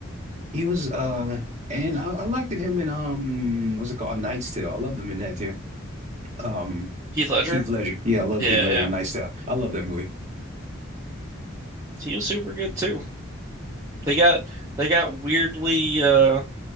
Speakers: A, on the right; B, on the right.
A: He was uh and I, I liked it him in um what's it called? A Knight's Tale. I loved him in that too. Um
B: Heath Ledger?
A: Heath Ledger. Yeah, I love
B: Yeah,
A: Heath Ledger,
B: yeah.
A: Knight's Tale. I love that movie.
B: He was super good too. They got they got weirdly uh